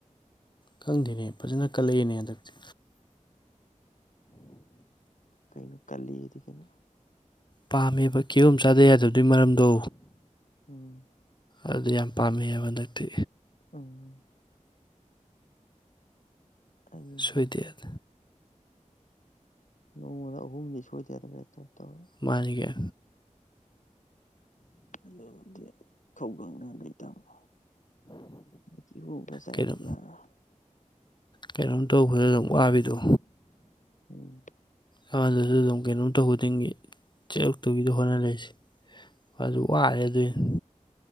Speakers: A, on the left (about 35°); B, on the left (about 70°).
A: ꯈꯪꯗꯦꯅꯦ ꯐꯖꯅ ꯀꯜꯂꯛꯑꯦꯅꯦ ꯍꯟꯗꯛꯇꯤ
B: ꯀꯩꯅꯣ ꯀꯜꯂꯤꯗꯤ ꯀꯩꯅꯣ
A: ꯄꯥꯝꯃꯦꯕ ꯀꯤꯍꫭꯝ ꯆꯥꯗ ꯌꯥꯗꯕꯗꯨꯏ ꯃꯔꯝꯗꯣ
B: ꯎꯝ
A: ꯑꯗꯨ ꯌꯥꯝ ꯄꯥꯝꯃꯛꯑꯦꯕ ꯍꯟꯗꯛꯇꯤ
B: ꯎꯝ ꯑꯗꯨꯅꯦ
A: ꯁꯨꯏꯗꯦꯠ
B: ꯍꯥꯏꯁꯦ ꯅꯣꯡꯃꯗ ꯑꯍꯨꯝꯗꯤ ꯁꯣꯏꯗꯌꯥꯗꯕꯅꯤꯅ ꯇꯠꯇꫭꯔꯦ
A: ꯃꯥꯅꯤꯒ
B: ꯑꯗꯨ ꯅꯗꯤ ꯈꯧꯒꯪ ꯅꯔꯦ ꯇꯥꯃꫭ ꯀꯤꯍꫭꯝ ꯈꯔ ꯆꯥꯔꯖꯤ
A: ꯀꯩꯅꯣ
B: ꯍꯥꯏꯔꫭ
A: ꯀꯩꯅꯣꯝ ꯇꯧꯕꯗ ꯑꯗꯨꯝ ꯋꯥꯕꯤꯗꯣ
B: ꯎꯝ
A: ꯑꯝꯃꯗꯨꯁꯨ ꯑꯗꯨꯝ ꯀꯩꯅꯣꯝ ꯇꯧ ꯈꯨꯗꯤꯡꯒꯤ ꯆꯦꯜꯂꯛꯇꯧꯒꯤꯗ ꯍꯣꯠꯅꯂꯩꯁꯤ ꯃꯥꯖꯨ ꯋꯥꯔꯦ ꯑꯗꯨꯏꯅꯤ